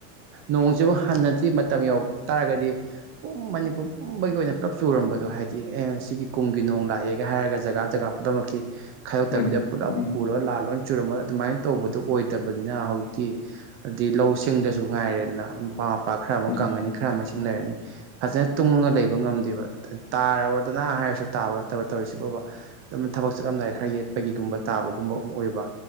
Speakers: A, on the right; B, on the left.
A: ꯅꯣꯡꯁꯤꯕꯨ ꯍꯟ ꯍꯖꯤꯛ ꯃꯇꯝ ꯌꯧꯔꯛ ꯇꯥꯔꯒꯗꯤ ꯄꯨꯝ ꯃꯅꯤꯄꯨꯔ ꯄꯨꯝꯕꯒꯤ ꯑꯣꯏꯅ ꯄꯨꯂꯞ ꯆꯨꯔꯝꯕꯗꯣ ꯍꯥꯏꯗꯤ ꯑꯦꯁ ꯁꯤꯒꯤ ꯀꯨꯝꯒꯤ ꯅꯣꯡ ꯂꯥꯛꯑꯦꯒ ꯍꯥꯏꯔꯒ ꯖꯒꯥ ꯖꯒꯥ ꯄꯨꯝꯅꯃꯛꯀꯤ ꯈꯥꯏꯗꯣꯛꯇꯕꯤꯗ
B: ꯎꯝ
A: ꯄꯨꯂꯞ
B: ꯎꯝ
A: ꯄꯨꯔꯒ ꯂꯥꯛꯑ ꯂꯣꯏ ꯆꯨꯔꯝ ꯍꯣꯏ ꯑꯗꯨꯃꯥꯏ ꯇꯧꯕꯗꯣ ꯑꯣꯏꯗꯕꯅꯤꯅ ꯍꯧꯖꯤꯛꯇꯤ ꯗꯤ ꯂꯧꯁꯤꯡꯗꯁꯨ ꯉꯥꯏꯔꯦꯗꯅ ꯃꯄꯥ ꯄꯥꯛ ꯈꯔ ꯑꯃ
B: ꯎꯝ
A: ꯀꯪꯉꯅꯤ ꯈꯔ ꯑꯃ ꯏꯁꯤꯡ ꯂꯩꯔꯅꯤ ꯐꯖꯅ ꯇꯨꯡꯉꯒ ꯂꯩꯕ ꯉꯝꯗꯦꯕ ꯇꯥꯔ ꯂꯥ ꯍꯥꯏꯔꯁꯨ ꯇꯥꯕ ꯅꯠꯇꯕ ꯇꯧꯔꯤꯁꯤꯕꯣꯕ ꯑꯗꯨꯝ ꯊꯕꯛ ꯆꯠꯂꯝꯗꯥꯏ ꯈꯔ ꯌꯦꯠꯄꯒꯤꯒꯨꯝꯕ ꯇꯥꯕꯒꯨꯝꯕ ꯑꯃ ꯑꯣꯏꯕ